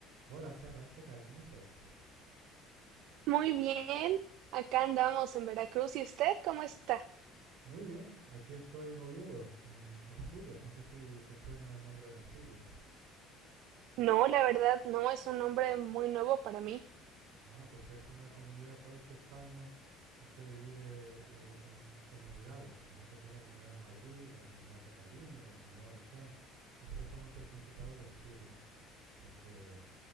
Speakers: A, on the right (about 80°); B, on the right (about 65°).
A: Hola Sara, ¿qué tal? ¿Cómo estás?
B: Muy bien, acá andamos en Veracruz. ¿Y usted cómo está?
A: Muy bien, aquí estoy en Oviedo, en Asturias. No sé si te suena el nombre de Asturias.
B: No, la verdad, no es un nombre muy nuevo para mí.
A: Ah, pues es una comunidad, sabes que España eh, se divide eh, en comunidades. Por ejemplo, tienes la Comunidad de Madrid, la Comunidad de Cataluña, la Comunidad Valenciana. Nosotros somos el Principado de Asturias, porque